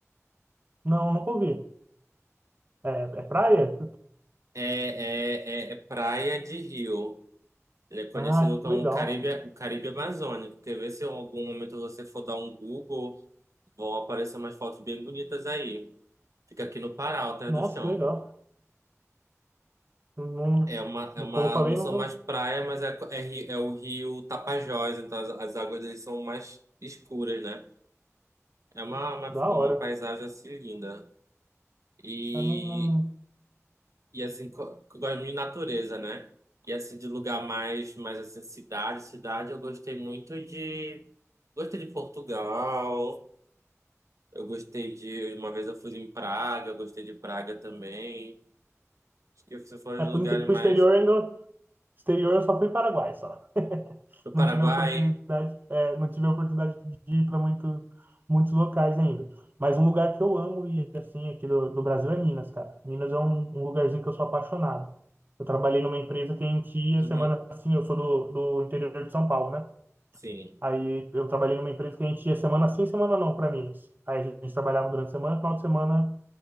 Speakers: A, on the right (about 35°); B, on the right (about 70°).
A: Não, nunca ouvi. É, é praia?
B: É, é, é é praia de rio. Ele é conhecido
A: Ah,
B: como
A: que legal.
B: Caribe, o Caribe Amazônico. Quer ver se em algum momento você for dar um Google, vão aparecer umas fotos bem bonitas aí. Fica aqui no Pará, Alter
A: Nossa,
B: do Chão.
A: que legal. Não-
B: É uma, é uma,
A: como eu falei,
B: não são
A: não, não-
B: mais praia, mas é, é, ri- é o rio Tapajós, então as, as águas deles são mais escuras, né? É uma, uma,
A: da
B: uma
A: hora.
B: paisagem assim linda. e
A: Eu não, não-
B: E assim, co- que eu gosto muito de natureza, né? E assim, de lugar mais, mais assim, cidade, cidade, eu gostei muito de. Gostei de Portugal, eu gostei de. Uma vez eu fui em Praga, eu gostei de Praga também. Acho que esses foram
A: é,
B: os
A: pro,
B: lugares
A: inte- pro
B: mais.
A: exterior ainda Exterior eu só fui Paraguai, só. <laughs>
B: Do
A: Não
B: Paraguai.
A: tive a oportunidade, é, não tive a oportunidade de ir para muito, muitos locais ainda. Mas um lugar que eu amo e assim aqui do, do Brasil é Minas, cara. Minas é um, um lugarzinho que eu sou apaixonado. Eu trabalhei numa empresa que a gente ia
B: Uhum,
A: semana assim, eu sou do, do interior de São Paulo, né?
B: sim.
A: Aí eu trabalhei numa empresa que a gente ia semana sim, semana não para Minas. Aí a gente trabalhava durante a semana, final de semana